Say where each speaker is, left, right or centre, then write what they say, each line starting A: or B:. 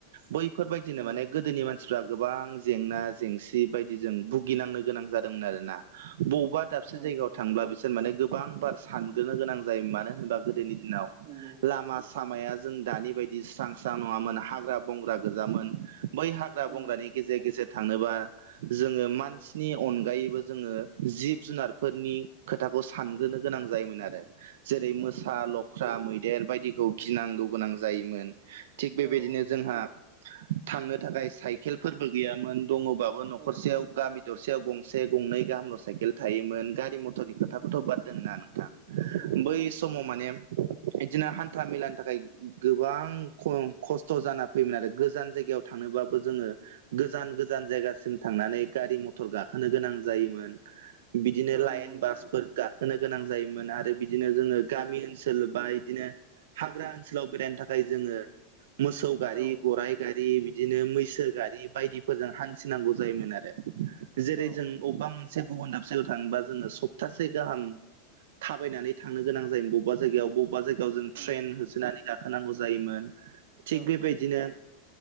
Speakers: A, on the right; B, on the right.
A: बैफोरबायदिनो
B: औ
A: माने गोदोनि मानसि मानसिफ्रा गोबां जेंना जेंसि बायदिजों भुगिनांनो गोनां जादोंमोन आरोना बबेबा दाबसे
B: औ
A: जायगायाव
B: औ
A: थांब्ला बिसोर माने गोबां बार सानग्रो गोनां जायो मानो होनबा गोदोनि दिनाव
B: नंगौ
A: लामा सामाया जों दानि बायदि स्रां स्रां नङामोन हाग्रा बंग्रा गोजामोन बै हाग्रा बंग्रानि
B: औ
A: गेजेर गेजेर थांनोबा जोङो मानसिनि अनगायैबो जोङो जिब जुनारफोरनि खोथाखौ सानग्रोनो गोनां जायोमोन आरो जेरै मोसा
B: औ औ नंगौ
A: लख्रा मैदेर बायदिखौ गिनांगौ गोनां जायोमोन थिग बेबायदिनो
B: औ नंगौ
A: जोंहा
B: नोंथां
A: थांनो थाखाय साइकेलफोरबो गैयामोन दङबाबो नखरसेयाव
B: औ औ
A: गामि दरसेयाव गंसे गंनै गाहामल साइकेल थायोमोन गारि मथरनि खोथाखौथ बाद दोनना नोंथां
B: औ नंगौ
A: बै समाव माने बिदिनो हान्था मेलानि थाखाय गोबां ख खस्थ खस्थ जाना फैोमोन आरो गोजान जायगायाव थांनोबाबो जोङो गोजान गोजान जायगासिम थांनानै गारि मथर गाखोनो गोनां जायोमोन। बिदिनो
B: औ
A: लाइन
B: नंगौ नोंथां
A: बासफोर गाख होनो गोनां जायोमोन आरो बिदिनो जोङो गामि ओनसोल बा बिबदिनो हाग्रा ओनसोलाव बेरायनो थाखाय जोङो मोसौ गारि
B: औ
A: गराइ गारि बिदिनो मैसो गारि बायदिफोरजों हान थिनांगौ जायोमोन आरो जेरै
B: औ
A: जों
B: औ
A: अबेबा
B: नंगौ
A: मोन से गुबुन दाबसेयाव थांबा जोङो सप्तासे गाहाम थाबायनानै थांनो गोनां जायोम बबेबा जायगायाव बबा अबेबा जायगायाव जों
B: नंगौ
A: ट्रेन होसोनानै गाखोनांगौ जायोमोन थिग
B: औ
A: बेबायदिनो
B: औ